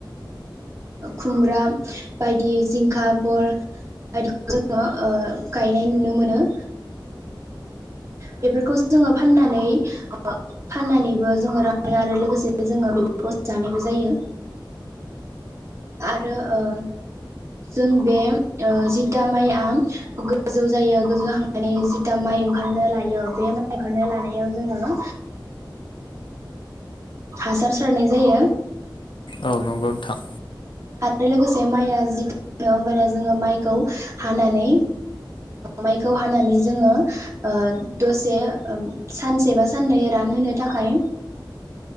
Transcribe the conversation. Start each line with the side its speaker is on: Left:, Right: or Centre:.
Right: खुमब्रा बायदि जिंखा भल बायदि जोंङो गायनाय नुनो मोनो बेफोरखौ जोंङो फाननानै फाननानैबो जोंङो रां आरो लोगोसे जोंङो बेफोरखौ जानायबो जायो आरो ओ जों बे जिथा माइआ गोजौ जायो गोजौजाखांनानै जिथा माइ ओं ओंखारनो लायो बे माइ ओंखारनो लानायाव जोंङो हासार सारनाय जायो
Left: औ नंगौ नोंथां
Right: आरो लोगोसे माइआ जि <unintelligible> जोंङो माइखौ हानानै माइखौ हानानै जोंङो दसे सानसे बा साननै रानहोनो थाखाय